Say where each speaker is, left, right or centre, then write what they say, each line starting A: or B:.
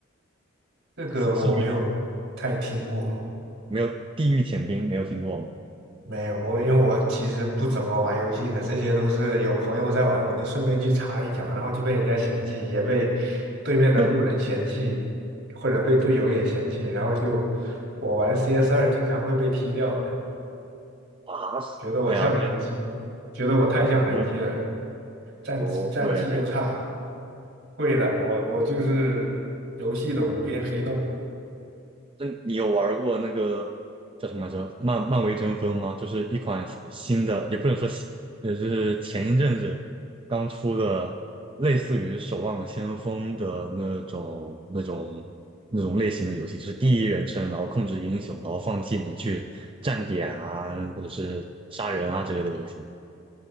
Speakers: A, on the right; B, on the right.
A: 这个我没有太听过。
B: 是是一个没有《地狱潜兵》没有听过吗？
A: 没有，我因为我其实不怎么玩游戏的，这些都是有朋友在玩，我就顺便去插一脚，然后就被人家嫌弃，也被对面的路人嫌弃，
B: <laughs>
A: 或者被队友也嫌弃，然后就我玩 c s 二经常会被踢掉的，
B: 啊，
A: 觉得我像人机，
B: 哎呀，
A: 觉得我太像人机了，
B: 那我。
A: 战绩战绩又差。
B: 不会，
A: 会的，我我就是游戏的无边黑洞。
B: 那你有玩过那个叫什么来着？漫漫威争锋吗？就是一款新的，也不能说新，呃，就是前一阵子刚出的，类似于《守望先锋》的那种、那种、那种类型的游戏，就是第一人称，然后控制英雄，然后放技能去站点啊，或者是杀人啊之类的游戏。